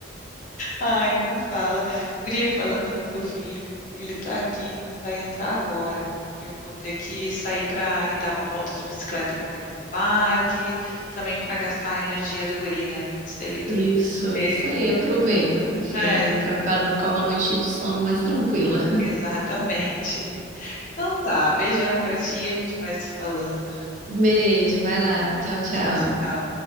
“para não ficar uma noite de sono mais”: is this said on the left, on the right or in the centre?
Right